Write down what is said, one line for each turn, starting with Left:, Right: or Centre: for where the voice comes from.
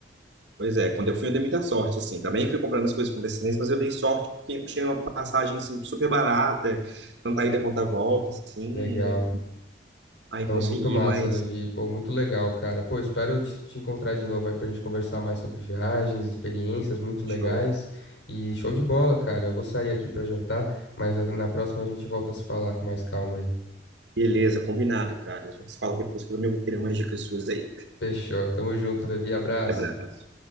Right: Pois é, quando eu fui, eu dei muita sorte, assim. Também fui comprando as coisas com antecedência, mas eu dei sorte porque eu tinha uma passagem, assim, super barata, tanto a ida quanto a volta, assim.
Left: Legal.
Right: Aí
Left: Não,
Right: consegui,
Left: muito massa,
Right: mas
Left: Levi. Pô, muito legal, cara. Pô, espero te te encontrar de novo aí pra gente conversar mais sobre viagens, experiências muito legais.
Right: show.
Left: E show de bola, cara. Eu vou sair aqui pra jantar, mas a- na próxima a gente volta a se falar com mais calma aí.
Right: Beleza, combinado, cara. A gente se fala depois que eu também vou querer umas dicas suas aí.
Left: Fechou. Tamo junto, Levi. Abraço.
Right: Abraço.